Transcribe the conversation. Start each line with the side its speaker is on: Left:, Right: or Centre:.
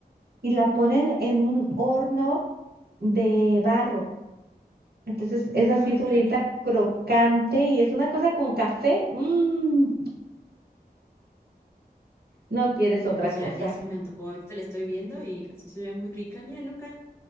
Right: y la ponen en un horno de barro. Entonces es
Left: ay,
Right: así durita,
Left: mira qué inte-
Right: crocante y es una cosa con café. mm, no quieres
Left: No,
Right: otra
Left: pues
Right: cosa.
Left: ya, ya se me antojó. Ahorita la estoy viendo y así se ve muy rica. Mira, nunca,